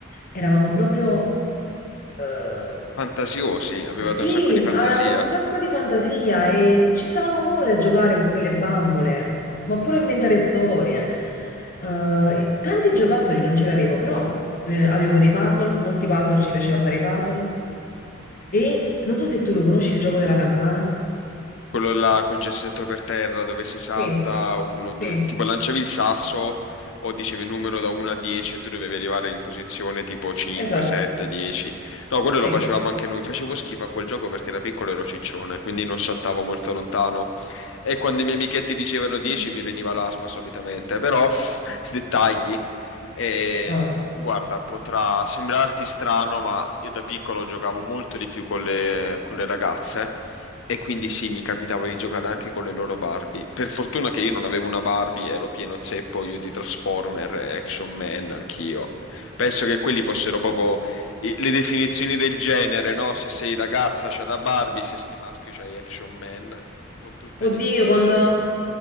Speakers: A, on the left; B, on the left.
A: eravamo proprio eh,
B: Fantasiosi, avevate
A: sì,
B: un sacco di fantasia?
A: avevamo un sacco di fantasia e ci stavamo ore a giocare con quelle bambole, ma pure a inventare storie. Eh, e tanti giocattoli non ce li avevo, però eh, avevo dei puzzle, molti puzzle, ci piaceva fare i puzzle. E non so se tu lo conosci il gioco della campana.
B: Quello là col gessetto per terra dove si salta
A: Sì,
B: uno, due,
A: sì,
B: tipo lanciavi il sasso o dicevi il numero da 1 a 10 e tu dovevi arrivare in posizione tipo 5,
A: esatto,
B: 7, 10. No, quello
A: sì.
B: lo facevamo anche noi. Facevo schifo a quel gioco perché da piccolo ero ciccione, quindi non saltavo molto lontano. E quando i miei amichetti dicevano 10
A: Mm.
B: mi veniva l'asma solitamente, però <laughs> dettagli. E
A: No.
B: guarda, potrà sembrarti strano, ma io da piccolo giocavo molto di più con le, con le ragazze. E quindi sì, mi capitava di giocare anche con le loro Barbie. Per fortuna che io non avevo una Barbie, ero pieno zeppo io di Transformer, e Action Man, anch'io. Penso che quelli fossero proprio i- le definizioni del genere, no? Se sei ragazza c'è la Barbie, se sei maschio c'hai Action Man, con tutte
A: Oddio,
B: le micro
A: quando...
B: machine.